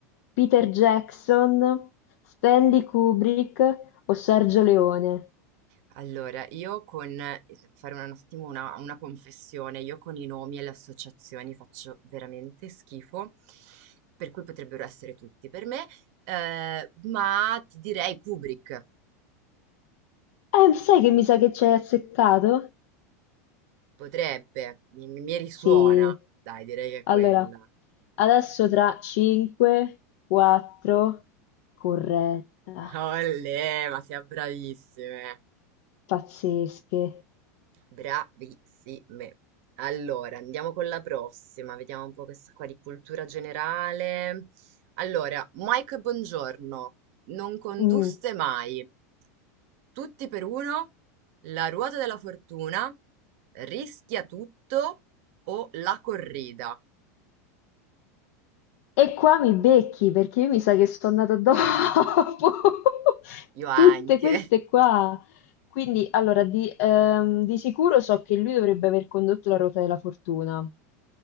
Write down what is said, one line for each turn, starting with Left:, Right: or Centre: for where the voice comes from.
Left: Peter Jackson, Stanley Kubrick o Sergio Leone?
Right: Allora, io con... Devo fare un attimo una, una confessione. Io con i nomi e le associazioni faccio veramente schifo, per cui potrebbero essere tutti per me. Eh, ma ti direi Kubrick.
Left: Eh, sai che mi sa che ci hai azzeccato?
Right: Potrebbe, mi, mi- mi risuona.
Left: Sì.
Right: Dai, direi che è
Left: Allora,
Right: quella.
Left: adesso tra 5, 4, corretta,
Right: <laughs> Olè, ma siamo bravissime.
Left: pazzesche.
Right: Bravissime. Allora, andiamo con la prossima. Vediamo un po' questa qua di cultura generale. Allora, Mike, buongiorno. Non conduste
Left: Mm.
Right: mai. Tutti per uno. La ruota della fortuna. Rischia tutto o la corrida.
Left: E qua mi becchi perché io mi sa che sono nata dopo <laughs>
Right: Io anche.
Left: tutte queste
Right: <laughs>
Left: qua. Quindi, allora, di, ehm, di sicuro so che lui dovrebbe aver condotto la ruota della fortuna,